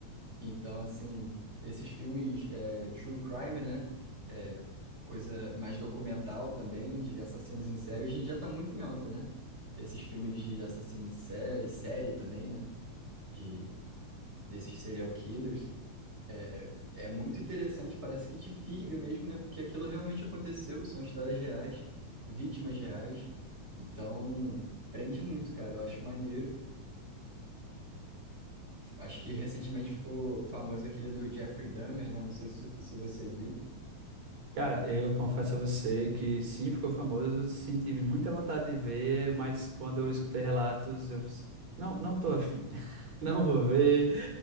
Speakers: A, on the right (about 20°); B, on the right (about 65°).
A: Então, assim, esses filmes é, true crime, né? é, coisa mais documental também, de assassinos em série, hoje em dia tá muito em alta, né? Esses filmes de assassino em série, série também, né? De, desses serial killers. É, é muito interessante, parece que te fisga mesmo, né? Porque aquilo realmente aconteceu, são histórias reais, vítimas reais. Então, prende muito, cara. Eu acho maneiro. Acho que recentemente ficou famoso aquele do Jeffrey Dahmer, né? Não sei se, se você viu.
B: Cara, eu confesso a você que sim, ficou famoso, eu senti muita vontade de ver, mas quando eu escutei relatos, eu fiz, não, não tô afim. <laughs> Não vou ver.